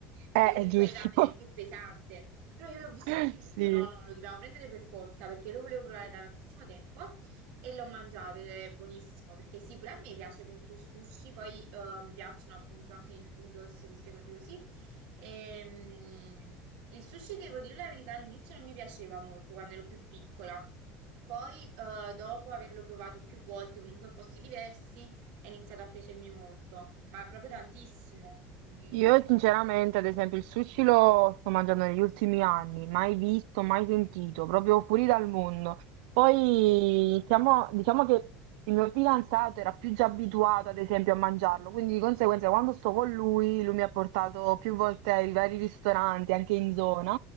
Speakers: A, on the right; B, on the right.
A: Perché
B: Eh,
A: comunque
B: è giusto.
A: il ramen è più pesante. Però io l'ho visto
B: <laughs>
A: nel menu e
B: Sì.
A: ho detto no, no, lo dobbiamo prendere per forza perché lo volevo provare da tantissimo tempo e l'ho mangiato ed è buonissimo perché sì, pure a me piace molto il sushi, poi eh, mi piacciono appunto anche i noodles, queste cose così. Ehm, il sushi, devo dire la verità, all'inizio non mi piaceva molto quando ero più piccola. Poi, eh, dopo averlo provato più volte, comunque in posti diversi, è iniziato a piacermi molto, ma proprio tantissimo. Quindi...
B: Io sinceramente, ad esempio, il sushi lo sto mangiando negli ultimi anni, mai visto, mai sentito, proprio fuori dal mondo. Poi diciamo, diciamo che il mio fidanzato era più già abituato, ad esempio, a mangiarlo, quindi di conseguenza quando sto con lui, lui mi ha portato più volte ai vari
A: mm.
B: ristoranti, anche in zona.